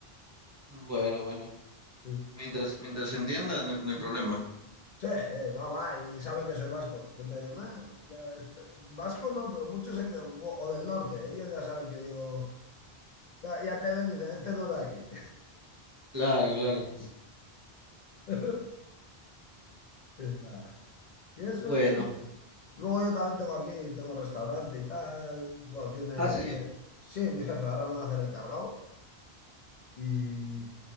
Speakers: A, on the right; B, on the left.
A: Bueno, bueno.
B: Sí,
A: Mientras, mientras se entienda, no hay, no hay problema.
B: Sí, eh, no, va, y saben que soy vasco. Siempre dicen, "Ah, ya este- vasco no, pero muchos se quedan, "Bo- o del norte, ellos ya saben que yo, ya, ya te ven y dicen, este no es de
A: Claro, claro.
B: aquí. <laughs> Y nada. Y eso
A: Bueno.
B: sí. Luego yo también tengo aquí, tengo restaurante y tal. Bueno, tiene,
A: Ah, sí.
B: tiene... Sí, mi jefe ahora me va a hacer encargado. Y,